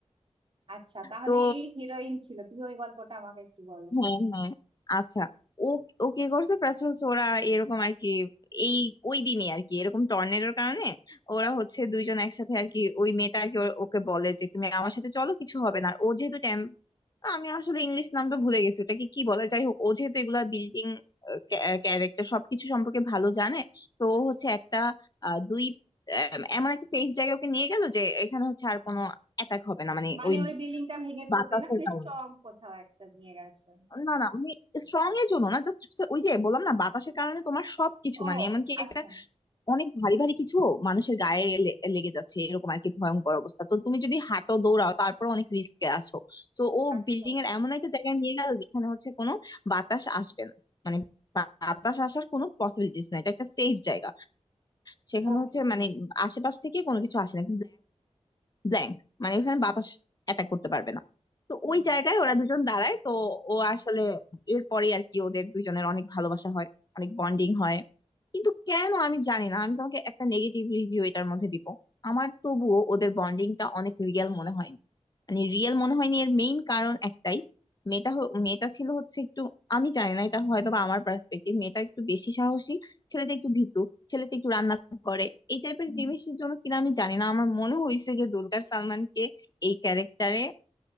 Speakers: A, on the right; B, on the left.
A: আচ্ছা তাহলে
B: তো
A: এই হিরোইন ছিল তুমি ওই গল্পটা আমাকে একটু বলো
B: হ্যাঁ হ্যাঁ আচ্ছা ও ও কি করছে প্লাস হচ্ছে ওরা এরকম আর কি এই ওই দিনই আর কি এরকম টর্নেডোর কারণে ওরা হচ্ছে দুইজন একসাথে আর কি ওই মেয়েটা আর কি ওর- ওকে বলে যে তুমি আমার সাথে চলো কিছু হবে না আর ও যেহেতু টেম আমি আসলে ইংলিশ নামটা ভুলে গেছি ওটাকে কি বলে যাই হোক ও যেহেতু এগুলা বিল্ডিং ক্যারেক্টার সবকিছু সম্পর্কে ভালো জানে তো
A: আচ্ছা
B: ও হচ্ছে একটা আহ, দুই আহ, এমন একটা সেফ জায়গায় ওকে নিয়ে গেল যে এখানে হচ্ছে আর কোনো অ্যাটাক হবে না মানে
A: মানে
B: ওই
A: ওই বিল্ডিংটা ভেঙে
B: বাতাসের
A: পড়বে না মানে
B: কারণে
A: স্ট্রং কোথাও একটা নিয়ে গেছে
B: না না আমি স্ট্রং এর জন্য না জাস্ট ওই যে বললাম না বাতাসের কারণে তোমার সবকিছু
A: ও
B: মানে এমনকি
A: আচ্ছা
B: একটা অনেক ভারী ভারী কিছু মানুষের গায়ে লে- লেগে যাচ্ছে এরকম আর কি ভয়ঙ্কর অবস্থা তো তুমি যদি হাঁটো দৌড়াও তারপর অনেক রিস্কে আছো তো ও
A: আচ্ছা
B: বিল্ডিং
A: আচ্ছা
B: এর এমন একটা জায়গায় নিয়ে গেল যেখানে হচ্ছে কোনো বাতাস আসবে না মানে বাতাস আসার কোনো পসিবিলিটিস নাই এটা একটা সেফ জায়গা সেখানে
A: ওকে
B: হচ্ছে মানে আশেপাশ থেকে কোনো কিছু আসে না ব্ল্যাঙ্ক মানে ওখানে বাতাস অ্যাটাক করতে পারবে না তো
A: হুম
B: ওই জায়গায় ওরা দুজন দাঁড়ায় তো ও আসলে এরপরে আর কি ওদের দুজনের অনেক ভালোবাসা হয় অনেক বন্ডিং হয় কিন্তু কেন আমি জানি না আমি তোমাকে একটা নেগেটিভ রিভিউ এটার মধ্যে দিব আমার তবুও ওদের বন্ডিংটা অনেক রিয়েল মনে হয়নি মানে রিয়েল মনে হয়নি এর মেইন কারণ একটাই মেয়েটা হ- মেয়েটা ছিল হচ্ছে একটু আমি জানি না এটা হয়তো বা আমার পার্সপেক্টিভ মেয়েটা একটু বেশি সাহসী ছেলেটা একটু ভীতু ছেলেটা একটু রান্না করে এই টাইপের জিনিসের জন্য কিনা আমি জানি না আমার মনে হয়েছে যে দুলকার সালমানকে এই ক্যারেক্টারে